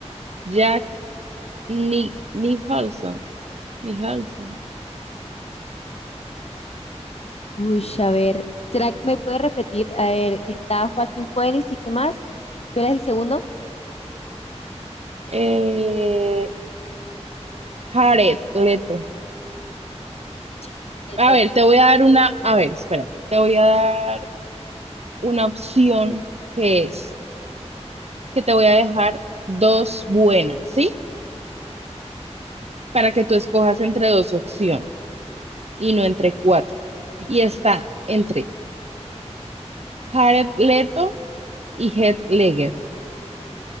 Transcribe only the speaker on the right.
Jack Ni Nicholson, Nicholson,
eh, Jared Leto.
A ver, te voy a dar una, a ver, espérate, te voy a dar una opción que es, que te voy a dejar dos buenas, ¿sí? para que tú escojas entre dos opciones y no entre cuatro. Y está entre Jared Leto y Heath Ledger.